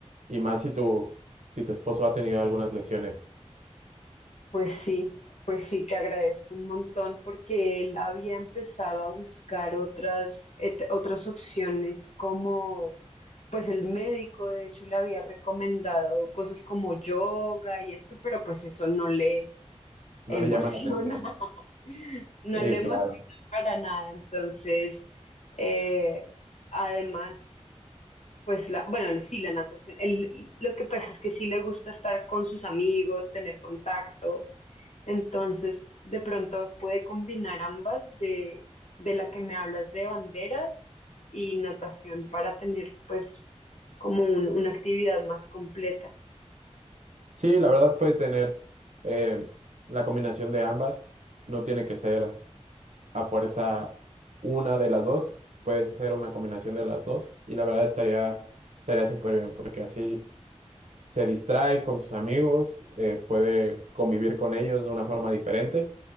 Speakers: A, on the right; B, on the left.
A: Y más si tu, si tu esposo ha tenido algunas lesiones,
B: Pues sí, pues sí, te agradezco un montón porque él había empezado a buscar otras, et- otras opciones como, pues el médico de hecho le había recomendado cosas como yoga y esto, pero pues eso no le
A: no
B: emociona,
A: le llama la atención.
B: <laughs> no
A: Sí,
B: le emociona
A: claro.
B: para nada. Entonces, eh, además... Pues la, bueno, sí, la natación. El- lo que pasa es que sí le gusta estar con sus amigos, tener contacto. Entonces, de pronto puede combinar ambas de, de la que me hablas de banderas y natación para tener pues como un- una actividad más completa,
A: Sí, la verdad puede tener eh, la combinación de ambas. No tiene que ser a fuerza una de las dos, puedes hacer una combinación de las dos y la verdad estaría, estaría súper bien porque así se distrae con sus amigos, eh, puede convivir con ellos de una forma diferente